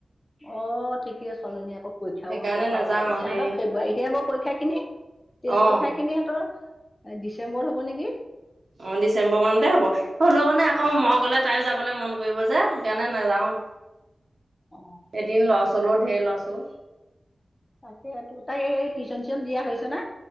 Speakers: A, on the left; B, on the right.
A: অ ঠিকে ছোৱালীজনী আকৌ পৰীক্ষাবও
B: সেইকাৰণে
A: এতিয়া পাৱা
B: নাযাওঁ
A: এতিাহঁতৰ
B: সেই
A: ফেব্ৰুৱাৰীতেে হ'ব পৰীক্ষা খিনি, তেজ
B: অ
A: পৰীক্ষা খিনি সিহতৰ ডিচেম্বৰত হ'ব নেকি,
B: অ ডিচেম্বৰ মানতে হ'ব। হ'লেও মানে আকৌ মই গলে তাইও যাবলৈ মন কৰিব যে সেইকাৰণে নেযাও,
A: অঁ
B: এদিন লছ হলেও ঢেৰ লছ অ,
A: তাকে হে তাই এই টিউচন চিউচন দিয়া হৈছে না?